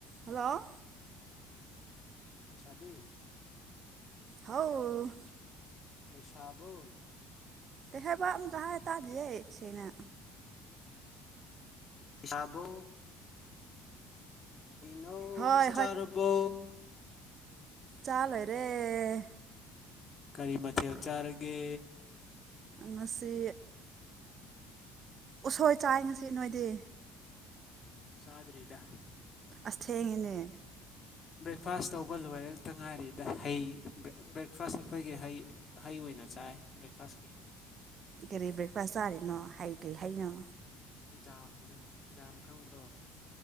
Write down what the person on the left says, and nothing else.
ꯁꯕꯤ
ꯄꯁꯥꯕꯣ
ꯤꯁꯥꯕꯣ ꯅꯧ
ꯆꯥꯛꯆꯥꯥꯨꯔꯕꯣ
ꯀꯔꯤ ꯃꯊ ꯆꯔꯒꯦ
ꯆꯥꯗ꯭ꯔꯤꯗ
ꯕ꯭ꯔꯦꯛꯐꯥꯁ ꯇꯧꯕ ꯂꯣꯏꯔꯛꯇ ꯉꯥꯏꯔꯤꯗ ꯍꯩ ꯕ꯭ꯔꯦꯛꯐꯥꯁ ꯑꯩꯈꯣꯏꯒꯤ ꯍꯩ ꯍꯩ ꯑꯣꯏ ꯄꯤꯅ ꯆꯥꯏ ꯕ꯭ꯔꯦꯛꯐꯥꯁꯀꯤ
ꯖꯥꯝꯗꯣ ꯖꯥꯝ ꯈꯪꯕ꯭ꯔꯣ